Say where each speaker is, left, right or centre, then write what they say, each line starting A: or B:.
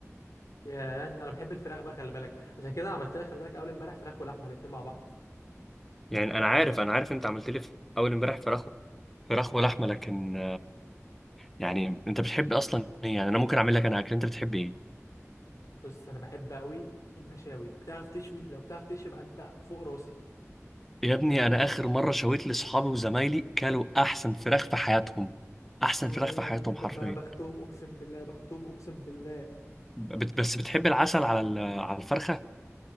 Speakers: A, on the left; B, in the centre.
A: يا انت انا بحب الفراخ بقى خلي بالك عشان كده انا عملت لك خلي بالك اول امبارح فراخ ولحمه الاتنين مع بعض
B: يعني انا عارف انا عارف انت عملت لي في اول امبارح فراخ فراخ ولحمه لكن يعني انت بتحب اصلا ايه يعني انا ممكن اعمل لك انا اكل انت بتحب ايه
A: بص انا بحب قوي المشاوي بتعرف تشوي لو بتعرف تشوي يبقى انت فوق راسي
B: يا ابني انا اخر مره شويت لاصحابي وزمايلي كلوا احسن فراخ في حياتهم احسن
A: يا
B: فراخ
A: لهوي
B: في حياتهم
A: طب
B: حرفيا
A: ما بختهم اقسم بالله بختهم اقسم بالله
B: بت- بس بتحب العسل على ال- على الفرخه